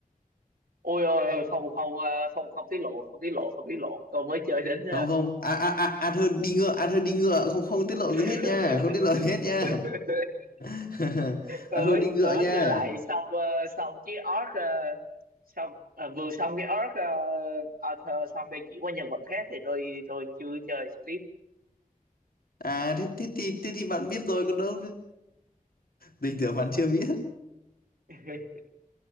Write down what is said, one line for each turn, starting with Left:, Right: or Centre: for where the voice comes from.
Right: Ôi ôi ôi không không ờ, không không tiết lộ, không tiết lộ, không tiết lộ. Tôi mới chơi đến
Left: không không à à a Athơn đi ngựa Athơn đi ngựa không không tiết lộ
Right: ờ,
Left: gì hết nha không tiết lộ gì hết nha
Right: <laughs>
Left: <laughs>
Right: tôi
Left: Athơn
Right: mới
Left: đi ngựa
Right: tôi mới
Left: nha
Right: chơi lại xong ờ, xong chiếc orc ờ, xong ờ, vừa xong cái orc ờ, author xong để chuyển qua nhân vật khác thì tôi tôi chưa chơi tiếp
Left: à thế, thế thì thế thì bạn biết rồi còn đâu nữa tình tưởng bạn chưa biết
Right: <laughs>